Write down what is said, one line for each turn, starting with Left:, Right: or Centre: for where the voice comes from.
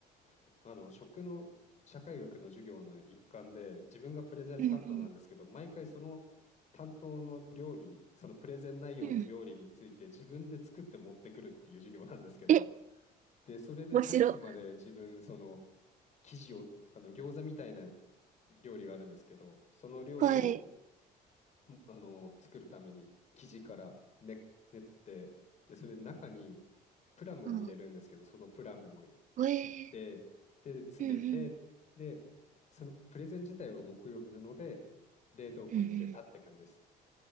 Left: ふあの食の社会学の授業の一環で自分がプレゼン担当なんですけど毎回その
Right: うん
Left: 担当の料理そのプレゼン内容の料理について自分で作って持ってくるっていう授業なんですけど
Right: うん。うん。え、
Left: でそれでさっきまで自分その
Right: 面白い。
Left: 生地をあの餃子みたいな料理があるんですけどその料理を
Right: はい。
Left: あの作るために生地からね練ってでそれで中にプラムを入れるんですけどそのプラムを
Right: あ、えー、
Left: 切ってで詰めてでそのプレゼン自体は木曜日なので冷凍庫に入れたって感じです。
Right: うんうん。うんうん